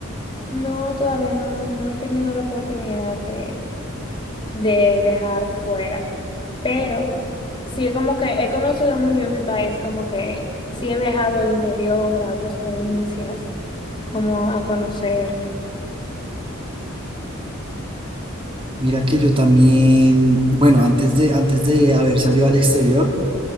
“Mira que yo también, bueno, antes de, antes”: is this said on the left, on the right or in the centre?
Right